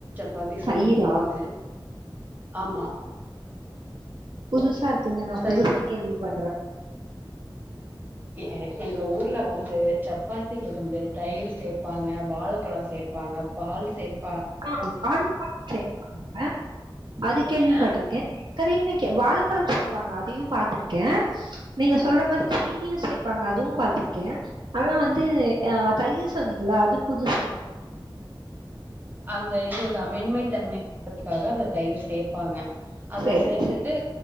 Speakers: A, on the right (about 20°); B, on the right (about 60°).
A: பாத்தி செய்யும்
B: தயிரா
A: பொழுது ஆமா
B: புதுசா இருக்குங்க நா
A: தை
B: புதுசா கேள்விபடுறே
A: ஏ எங்க ஊர்ல வந்து சப்பாத்திக்கு வந்து தயிர் சேப்பாங்க வாழப்பழோ சேப்பாங்க பால் சேப்
B: <inaudible> ஆ அது கேள்விப்பட்ருக்கே
A: அ
B: கடேசிக்கு வாழப்பழம் சேப்பாங்க அதையு பாத்திருக்கே நீங்க சொல்ற மாரி சீனியு சேப்பாங்க அதுவு பாத்திருக்கே ஆனா வந்து அ தையிர் சொன்னீங்களா அது புதுசா இருக்கு
A: அந்த இதுதா மென்மை தன்மைதுக்காக அந்த தயிர் சேப்பாங்க அத
B: சேரி
A: சேத்து
B: சேரி
A: ட்டு